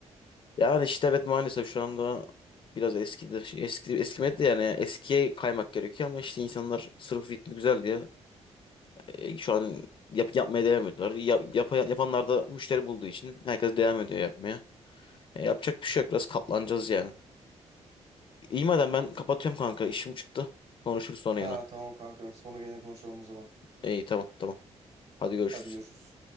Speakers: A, on the left; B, on the right.
A: Yani işte evet maalesef şu anda biraz eskidi. şey, Eski eskimedi de yani eskiye kaymak gerekiyor ama işte insanlar sırf ritmi güzel diye e, şu an yap, yapmaya devam ediyorlar. Yap, yapa- yapanlar da müşteri bulduğu için herkes devam ediyor yapmaya. Ya yapacak bir şey yok. Biraz katlanacağız yani. İyi madem ben kapatıyorum kanka. İşim çıktı. Konuşuruz sonra
B: Ha,
A: yine.
B: tamam kanka. Sonra gene konuşalım o zaman.
A: İyi tamam tamam. Hadi görüşürüz.
B: Hadi görüşürüz.